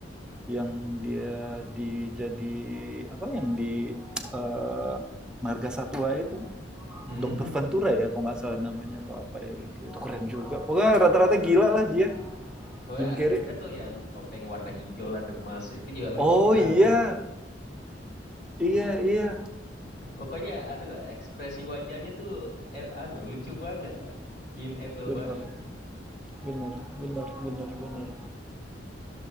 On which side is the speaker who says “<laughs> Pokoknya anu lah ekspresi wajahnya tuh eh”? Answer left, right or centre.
Left